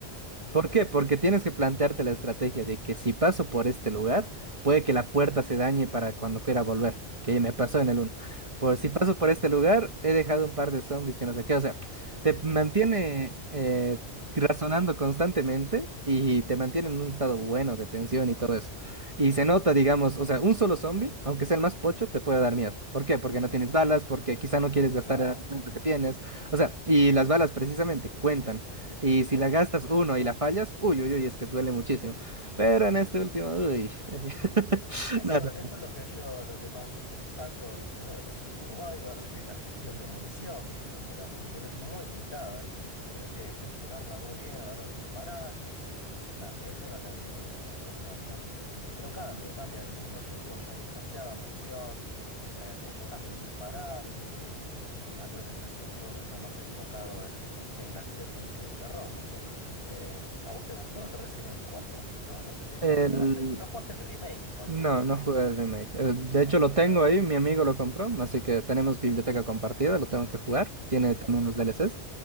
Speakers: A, on the left (about 70°); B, on the right (about 30°).
A: Ujú,
B: ¿Por qué? Porque tienes que plantearte la estrategia de que si paso por este lugar, puede que la puerta se dañe para cuando quiera volver, que me pasó en el uno. Por si
A: ujú,
B: paso por este lugar, he dejado un par de zombies que no sé qué. O sea, te mantiene
A: ujú.
B: eh,
A: Sí,
B: razonando constantemente y te mantiene en un estado bueno de tensión y
A: sí,
B: todo eso. Y se nota, digamos, o sea, un solo zombie, aunque sea el más pocho, te puede dar miedo. ¿Por qué? Porque
A: sí,
B: no tienes balas, porque quizá no quieres gastar
A: claro,
B: el armamento que tienes. O sea, y las balas precisamente cuentan. Y si
A: eso,
B: la gastas uno
A: eso.
B: y la fallas, uy, uy, uy, es que duele muchísimo. Pero en este último, uy. <laughs>
A: Eso,
B: No, no.
A: eso es lo que yo, lo que más destaco de los primeros, que es el Survivor, de que es la gestión de munición, ¿viste? Donde la munición es muy limitada y tenés que gestionarla muy bien a la hora de disparar y nada, eso es lo que a mí me gusta, me gusta bastante. Y, pero cambia, cambia. En los últimos ya hay demasiada munición, eh, te enfocás en disparar, ¿viste? Y nada, creo que eso es un juego que está más enfocado eh, en la acción que en que el terror, no sé. Eh, ¿a vos te gustó el Resident Evil 4? No, no sé,
B: El...
A: no jugaste, no jugaste el remake, por
B: No,
A: cierto.
B: no
A: <laughs>
B: jugué el remake. Eh, De hecho,
A: Como
B: lo
A: que
B: tengo
A: no.
B: ahí, mi amigo lo compró, así que tenemos biblioteca compartida, lo tengo que jugar. Tiene
A: Sí.
B: también los DLCs,